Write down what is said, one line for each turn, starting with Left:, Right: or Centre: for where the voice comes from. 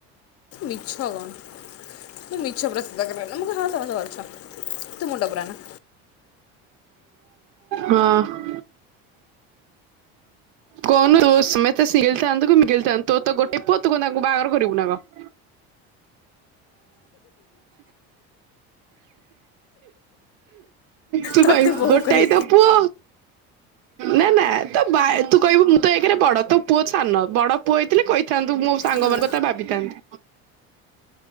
Left: ମିଛ କଣ ତୁ ମିଚ୍ଛ <unintelligible> ମୁଣ୍ଡ ପୁରା ନା।
Right: ହଁ। କହୁନୁ ତୁ ମେତେ ସିଙ୍ଗିଲ ଥାନ୍ତୁ କି ମୀଙ୍ଗିଲ ଥାନ୍ତୁ ତୋର ତ ଗୋଟେ ପୁଅ ତୁ କଣ ତାଙ୍କୁ ବାହାଘର କରିବୁ ନା କଣ। ତୁ
Left: ତତେ
Right: କହଏ
Left: ବୋହୁ
Right: ଗୋଟାଏ
Left: କରି
Right: ତ ପୁଅ ନା ନା ତ ବା ତୁ କହିବୁ ମୁଁ ତ ଏକରେ ବଡ ତୋ ପୁଅ ସାନ ବଡ ପୁଅ ହେଇଥିଲେ କହିଥାନ୍ତୁ ମୁଁ ସାଙ୍ଗମାନଙ୍କ
Left: ହଁ
Right: କଥା ଭାବିଥାନ୍ତି।